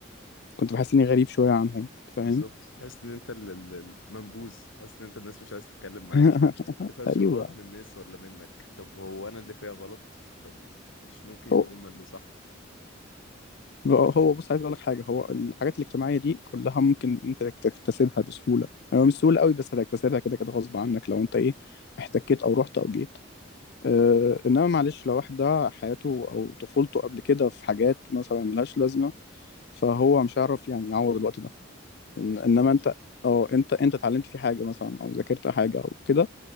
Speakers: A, on the left; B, on the left.
A: كنت بحس اني غريب شويه عنهم فاهم
B: بالظبط تحس ان انت ال- ال- المنبوذ تحس ان انت الناس مش عايز تتكلم معاك
A: <laughs>
B: تفهمش
A: ايوه
B: الغلط من الناس ولا منك طب هو انا اللي فيها غلط طب مش ممكن يبقوا
A: هو
B: هما اللي صح
A: هو بص عايز اقول لك حاجه هو الحاجات الاجتماعيه دي كلها ممكن انت تكتسبها بسهوله يعني مش سهوله قوي بس هتكتسبها كده كده غصب عنك لو انت ايه احتكيت او رحت او جيت اه انما معلش لو واحد ده حياته او طفولته قبل كده في حاجات مثلا ملهاش لازمه فهو مش هيعرف يعني يعوض الوقت ده إن
B: مظبوط
A: انما انت اه انت انت اتعلمت فيه حاجه مثلا او ذاكرت حاجه او كده